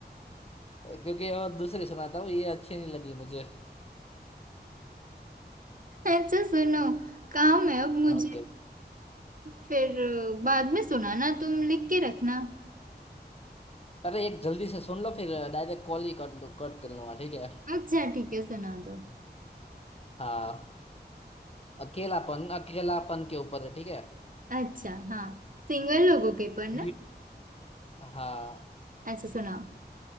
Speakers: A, on the left (about 35°); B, on the right (about 50°).
A: क्योंकि और दूसरी सुनाता हूँ ये अच्छी नहीं लगी मुझे
B: अच्छा सुनो काम है अब मुझे
A: ओके
B: फिर अ, बाद में सुनाना तुम लिख के रखना
A: अरे एक जल्दी से सुन लो फिर डायरेक्ट कॉल ही कट लो कट कर लूंगा ठीक है
B: अच्छा ठीक है सुना दो
A: हाँ अकेलापन अकेलापन के ऊपर है ठीक है
B: अच्छा हाँ सिंगल लोगों के पर ना
A: भीड़ हाँ
B: अच्छा सुनाओ